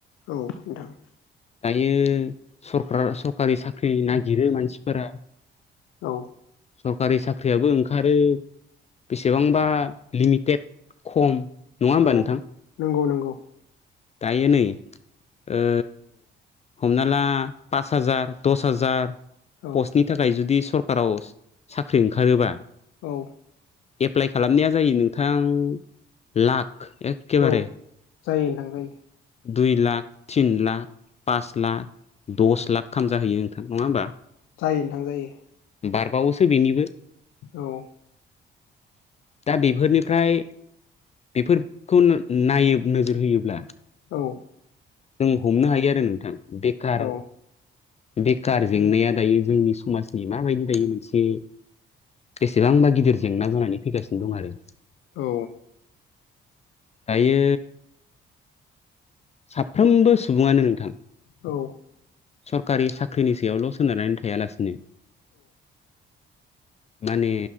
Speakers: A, on the left; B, on the left.
A: औ नोंथां
B: हायो सरकार सरकारि साख्रि नागिरो मानसिफोरा
A: औ
B: सरकारि सा ख्रियाबो ओंखारो बेसेबांबा लिमिटेद खम नङा होमबा
A: औ
B: नोंथां
A: नंगौ नंगौ
B: दायो नै ओ हमना ला पास हाजार दस हाजार
A: औ
B: पस्टनि थाखाय जुदि सरकाराव साख्रि ओंखारोबा
A: औ
B: एप्लाइ खालामनाया जायो नोंथां लाख एखेबारे
A: औ जायो नोंथां जायो।
B: दुइ लाख तिन लाख पास लाख दस लाख खाम जाहैयो नोंथां नंङा होमबा
A: जायो नोंथां जायो
B: बारबावोसो बेनिबो
A: औ
B: दा बेफोरनिफ्राय बेफोरखौ नायो नोजोर होयोब्ला
A: औ
B: जों हमनो हायो आरो नोंथां बेखार
A: औ
B: बेखार जेंनाया दायो जोंनि समाजनि माबायदि दायो मोनसे बेसेबांबा गिदिर जेंना जानानै फैगासिनो दं आरो
A: औ
B: दायो साफ्रोमबो सुबुङानो नोंथां
A: औ
B: सरकारि साख्रिनि सायावल' सोनारनानै थायालासिनो माने